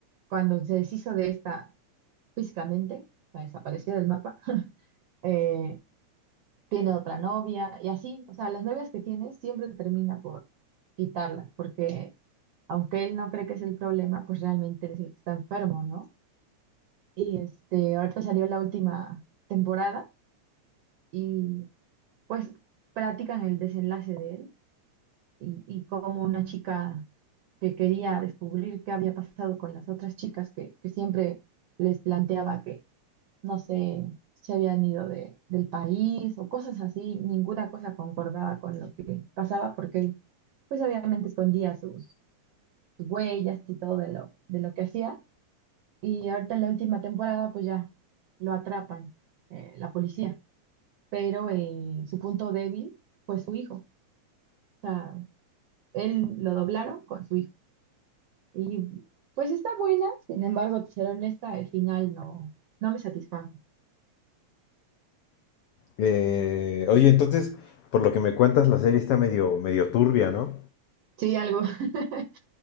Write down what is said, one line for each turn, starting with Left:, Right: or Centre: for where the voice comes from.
Right: cuando se deshizo de esta físicamente, la desapareció del mapa, <laughs> eh, tiene otra novia y así, o sea, las novias que tiene siempre termina por quitarlas, porque aunque él no cree que es el problema, pues realmente él es el que está enfermo, ¿no? Y este, ahorita salió la última temporada y pues platican el desenlace de él y, y cómo una chica que quería descubrir qué había pasado con las otras chicas que, que siempre les planteaba que no sé, se habían ido de, del país o cosas así, ninguna cosa concordaba con lo que pasaba porque él, pues obviamente escondía sus, sus huellas y todo de lo, de lo que hacía. Y ahorita en la última temporada, pues ya lo atrapan eh, la policía, pero eh, su punto débil fue su hijo. O sea, él lo doblaron con su hijo. Y pues está buena, sin embargo, ser honesta, el final no, no me satisfajo.
Left: Eh, oye, entonces, por lo que me cuentas, la serie está medio, medio turbia, ¿no?
Right: Sí, algo. <laughs>